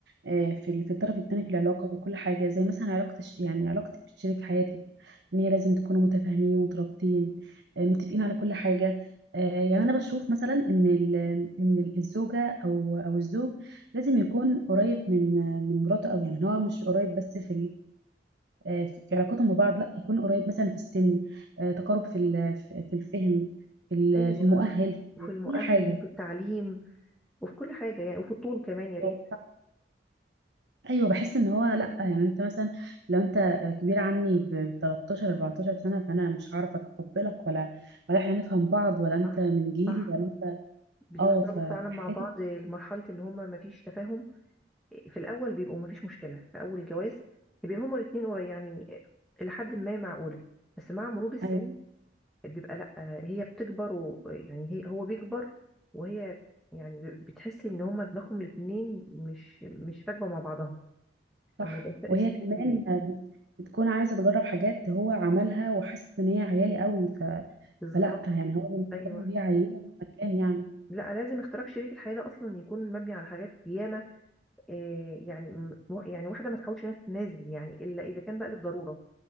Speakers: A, on the right; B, in the centre.
A: آه، في ال- في الطرف الثاني في العلاقه وكل حاجه زي مثلا علاقه الش- يعني علاقتك بشريك حياتك ان هي لازم تكونوا متفاهمين مترابطين آه، متفقين على كل حاجه آه، يعني انا بشوف مثلا ان ال- ان ال- الزوجه او او الزوج لازم يكون قريب من من مراته قوي يعني هو مش قريب بس في آه، في في علاقتهم ببعض لا يكون قريب مثلا في السن آه، تقارب في ال- في في الفهم في ال-
B: ايوه
A: في المؤهل
B: وفي
A: في
B: المؤهل
A: كل حاجة
B: وفي التعليم وفي كل حاجه يعني وفي الطول كمان يا
A: هو
B: ريت
A: صح. ايوه بحس ان هو لا يعني انت مثلا لو انت كبير عني ب 13 14 سنه فانا مش هعرف اتقبلك ولا ولا احنا هنفهم بعض ولا انت
B: صح
A: من جيلي
B: صح
A: ولا انت
B: بيوصلوا
A: اه ف- فالحاجات
B: فعلا مع بعض
A: اللي دي
B: لمرحله ان هما ما فيش تفاهم في الاول بيبقوا ما فيش مشكله في اول الجواز بيبقوا هما الاثنين يعني لحد ما معقوله بس مع مرور السن
A: ايوه
B: بيبقى لأ هي بتكبر و يعني هي هو بيكبر وهي يعني بتحس ان هما دماغهم الاتنين مش مش راكبة مع بعضها
A: صح
B: لما يبقى فرق
A: وهي
B: سن
A: كمان
B: كبير
A: بت- بتكون عايزه تجرب حاجات هو عملها وحاسس ان هي عيالي قوي ف...
B: بالظبط
A: فلا يعني هو بالنسبه
B: ايوه
A: له هي عيله مهما كان يعني
B: لا لازم اختراق شريك الحياة ده اصلا يكون مبني على حاجات ياما آه، يعني م- يعني واحدة ما تحاولش انها تنازل يعني الا اذا كان بقى للضرورة